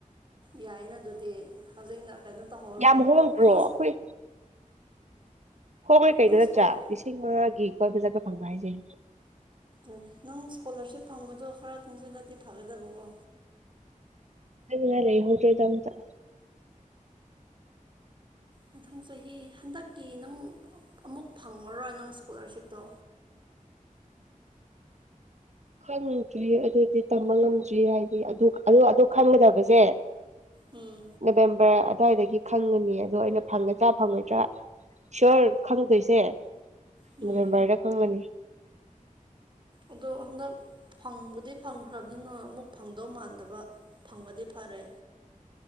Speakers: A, on the right; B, on the right.
A: ꯌꯥꯏꯅ ꯑꯗꯨꯗꯤ ꯍꯧꯖꯤꯛꯅ ꯀꯩꯅꯣ ꯇꯧꯍꯧꯔꯣ
B: ꯌꯥꯝ ꯍꯣꯡꯗ꯭ꯔꯣ
A: ꯄꯁ
B: ꯑꯩꯈꯣꯏ ꯍꯣꯡꯉꯩ ꯀꯩ
A: ꯅꯪ
B: ꯅꯠꯇ꯭ꯔꯥ
A: ꯁ꯭ꯀꯣꯂꯔ
B: ꯂꯤꯁꯤꯡ ꯃꯉꯥꯒꯤ ꯀꯣꯏꯕ ꯆꯠꯄ ꯐꯪꯕ ꯍꯥꯏꯁꯦ
A: ꯑꯗꯨ ꯅꯪ ꯏꯁꯀꯣꯂꯥꯔꯁꯤꯞ ꯐꯪꯕꯗꯣ ꯈꯔ ꯇꯨꯡꯁꯤꯜꯂꯗꯤ ꯐꯒꯗꯕꯀꯣ
B: ꯗꯔꯦ ꯍꯧꯗꯔ‌ꯦꯗ ꯑꯝꯇ
A: ꯃꯊꯪ ꯆꯍꯤ ꯍꯟꯗꯛꯀꯤ ꯅꯪ ꯑꯃꯨꯛ ꯐꯪꯉꯔꯣꯏ ꯅꯪ ꯏꯁꯀꯣꯂꯥꯔꯁꯤꯞꯇꯣ
B: ꯈꯪꯗ꯭ꯔꯤ ꯑꯗꯨꯗꯤ ꯇꯝꯕ ꯉꯝꯗ꯭ꯔꯤ ꯍꯥꯏꯗꯤ ꯑꯗꯨ ꯑ ꯑꯗꯨ ꯈꯪꯒꯗꯕꯁꯦ
A: ꯎꯝ
B: ꯅꯕꯦꯝꯕꯔ ꯑꯗꯨꯋꯥꯏꯗꯒꯤ ꯈꯪꯉꯅꯤ ꯑꯗꯣ ꯑꯩꯅ ꯐꯪꯒꯗ꯭ꯔꯥ ꯐꯪꯉꯣꯏꯗ꯭ꯔꯥ ꯁꯌꯣꯔ ꯈꯪꯗꯣꯏꯁꯦ
A: ꯎꯝ
B: ꯃꯦꯝꯕꯥꯔꯗ ꯐꯪꯒꯅꯤ
A: ꯑꯗꯣ ꯍꯟꯗꯛ ꯐꯪꯕꯨꯗꯤ ꯐꯪꯈ꯭ꯔꯕꯅꯤꯅ ꯑꯃꯨꯛ ꯐꯪꯗꯧ ꯃꯥꯟꯗꯕ ꯐꯪꯕꯗꯤ ꯐꯔꯦ